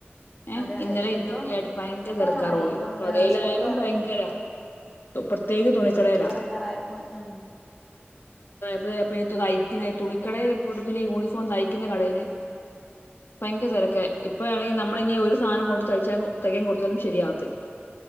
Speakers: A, on the left; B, in the centre.
A: ഏഹ്
B: അതെ അതെ
A: ഇന്നലെ ഇന്നൊക്കെ
B: ഇപ്പം
A: ആയിട്ട് ഭയങ്കരം തിരക്കാ
B: ആഹ്
A: റോഡിലും.
B: ഇപ്പം
A: കടയിലായാലും
B: സ്കൂള് തുറ
A: ഭയങ്കര. പ്രത്യേകം തുണിക്കടയില.
B: സ്കൂൾ തുറക്കാറായപ്പം ഉം
A: പിന്നെ തയ്ക്കുന്ന തുണിക്കടയിൽ പോട്ട് പിന്നെ യൂണിഫോം തയ്ക്കുന്ന കടയില് ഭയങ്ക തിരക്കായി ഇപ്പ വേണെങ്കിൽ നമ്മൾ ഇനി ഒരു സാധനം കൊണ്ട് തയ്ച്ചാ തയ്ക്കാൻ കൊടുത്താലും ശരിയാവത്തില്ല